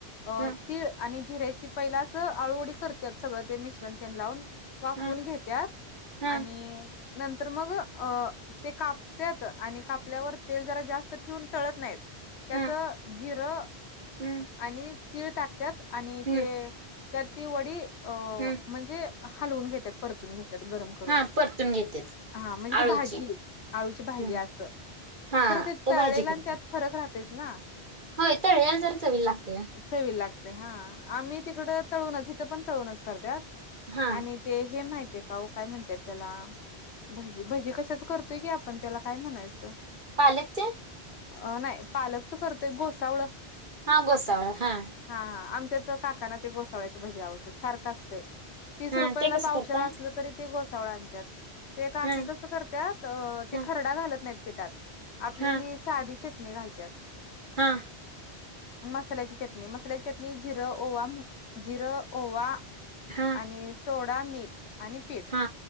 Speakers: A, on the left; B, on the right.
A: अ
B: हा
A: तीळ आणि जिऱ्याची पहिला अस आळूवडी करत्यात सगळं ते मिश्रण तेन लावून वाफून
B: हा
A: घे त्यात
B: हा
A: आणि नंतर मग अ ते कापत्यात आणि कापल्यावर तेल जरा जास्त ठेवून तळत नाहीत त्यात
B: हा
A: जिरं
B: हम्म
A: आणि तीळ टाकत्यात आणि
B: हम्म
A: ते त्यात ती वडी अ
B: हम्म
A: म्हणजे हलवून घेतात परतून घेतात गरम करून
B: हा परतून घेतेत.
A: हा म्हणजे
B: आळूची
A: ती भाजी आळूची भाजी
B: हम्म
A: अस.
B: हा
A: खरं ते तळलेलं
B: भाजी करते.
A: आणि त्यात फरक राहतयच ना.
B: होय तळलेलं जरा चवीला लागतया.
A: चवी लागते हा आम्ही तिकड तळूनच इथं पण तळूनच करत्यात
B: हा
A: आणि ते हे माहिती आहे का ओ काय म्हणतात त्याला? भजी भजी कशाच करतोय की आपण त्याला काय म्हणायचं.
B: पालकचे.
A: अ नाही पालकच करतय गोसावळ-
B: हा गोसावळ हा.
A: हा हा आमच्या तर काकाना ते गोसावळ्याच भजी आवडतात सारखं असते. तीस
B: हा
A: रुपया
B: ते
A: ला
B: कसं
A: पावशला
B: करताय
A: असल. तरी ते गोसाळा आणतात ते काकी
B: हा
A: कसं करतात ते
B: हा
A: खरडा घालत नाहीत पिटात. आपली
B: हा
A: ही साधी चटणी घालतात.
B: हा.
A: मसाल्याची चटणी मसाल्याची चटणी जिरं ओवा जिरं ओवा.
B: हा
A: आणि सोडा मीठ. आणि पीठ
B: हा